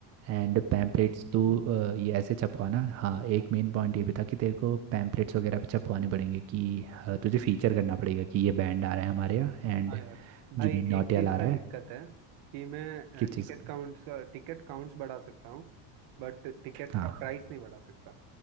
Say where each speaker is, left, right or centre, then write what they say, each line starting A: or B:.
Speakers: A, on the right; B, on the right.
A: एंड पैम्पलेट्स तू अ, ये ऐसे छपवाना हाँ
B: अच्छा
A: एक मेन पॉइंट ये भी था कि तेरे को पैम्पलेट्स वगैरह भी छपवाने पड़ेंगे कि अ,
B: हाँ
A: तुझे फीचर करना पड़ेगा कि ये बैंड आ रहा है हमारे यहाँ एंड
B: हाँ यार भाई
A: जुबिन नौटियाल
B: एक चीज
A: आ रहा
B: का
A: है
B: दिक्कत है कि मैं
A: किस
B: टिकट
A: चीज़ का
B: काउंट्स का टिकट काउंट्स बढ़ा सकता हूँ बट टिकट
A: हाँ
B: का प्राइस नहीं बढ़ा सकता